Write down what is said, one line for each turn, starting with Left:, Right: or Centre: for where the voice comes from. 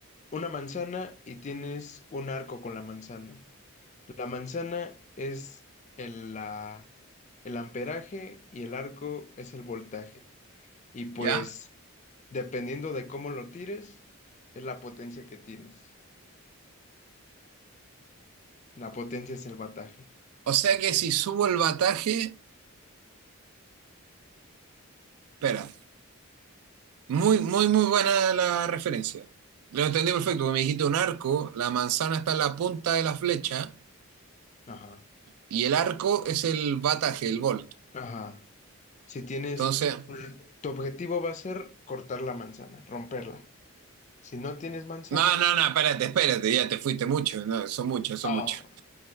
Left: una manzana y tienes un arco con la manzana. La manzana es el, la- el amperaje y el arco es el voltaje. Y pues,
Right: ¿ya?
Left: dependiendo de cómo lo tires, es la potencia que tienes. La potencia es el bataje.
Right: O sea que si subo el bataje, espera, Muy, muy, muy buena la referencia. Lo entendí perfecto, porque me dijiste un arco, la manzana está en la punta de la flecha
Left: Ajá,
Right: y el arco es el bataje, el volt.
Left: ajá. Si tienes,
Right: Entonces,
Left: tu objetivo va a ser cortar la manzana, romperla. Si no tienes manzana,
Right: no, no, no, espérate, espérate, ya te fuiste mucho, no, son muchos, son
Left: oh,
Right: muchos.